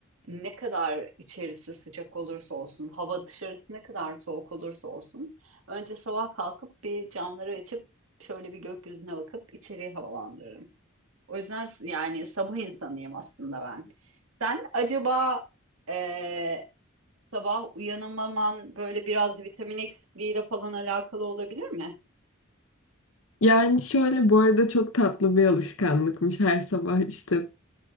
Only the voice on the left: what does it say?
Yani şöyle bu arada çok tatlı bir alışkanlıkmış her sabah işte